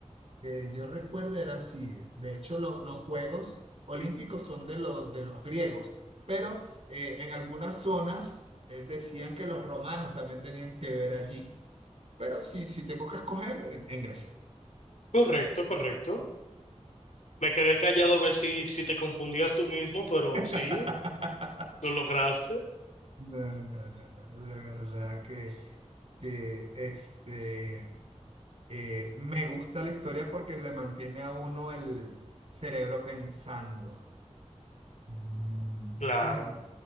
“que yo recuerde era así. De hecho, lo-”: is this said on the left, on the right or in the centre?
Right